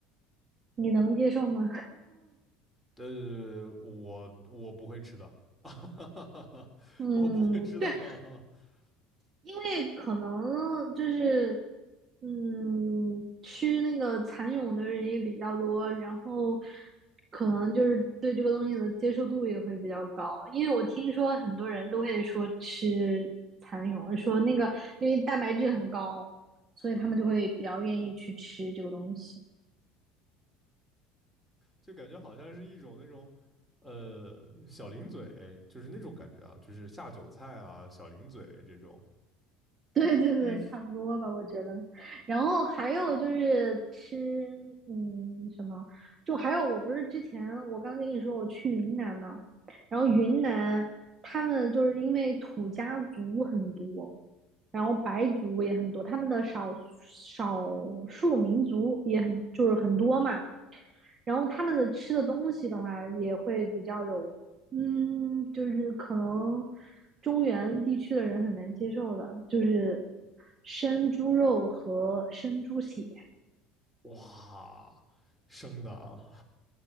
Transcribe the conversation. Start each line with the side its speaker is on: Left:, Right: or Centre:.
Right: 你能接受吗？
Centre: 呃我我不会吃的，<laughs>
Right: 嗯，
Centre: 我不会吃的。
Right: 对，
Centre: <laughs>
Right: 因为可能就是，嗯，吃那个蚕蛹的人也比较多，然后可能就是对这个东西的接受度也会比较高。因为我听说很多人都会说吃蚕蛹，说那个因为蛋白质很高，所以他们就会比较愿意去吃这个东西。
Centre: 就感觉好像是一种那种，呃，小零嘴，就是那种感觉啊，就是下酒菜啊，小零嘴这种。
Right: <laughs> 对对对，
Centre: 嗯，
Right: 差不多吧，我觉得。然后还有就是吃，嗯，什么？就还有，我不是之前我刚跟你说我去云南嘛，然后云南他们就是因为土家族很多，然后白族也很多，他们的少少数民族也很就是很多嘛。然后他们的吃的东西的话，也会比较有，嗯，就是可能中原地区的人很难接受的，就是生猪肉和生猪血。
Centre: 哇，生的啊，